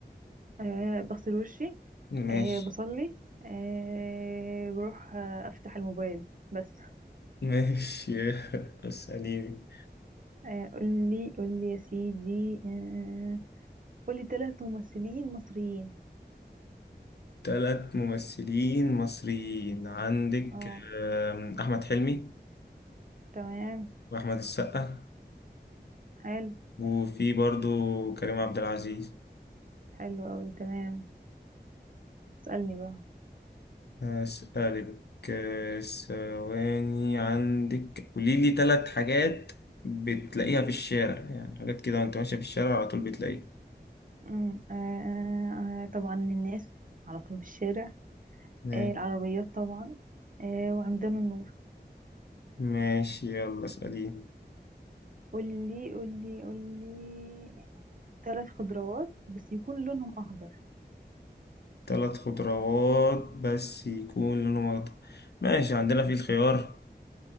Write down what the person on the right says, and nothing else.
آه بغسل وشي
آه بصلي آه بروح آه افتح الموبايل بس
آه قول لي قول لي يا سيدي آه قول لي ثلاث ممثلين مصريين
اه
تمام
حلو
حلو قوي تمام اسألني بقى
أمم، آه آه آه طبعا الناس على طول في الشارع
آه العربيات طبعا آه وعمدان النور
قولي قولي قولي ثلاث خضروات بس يكون لونهم أخضر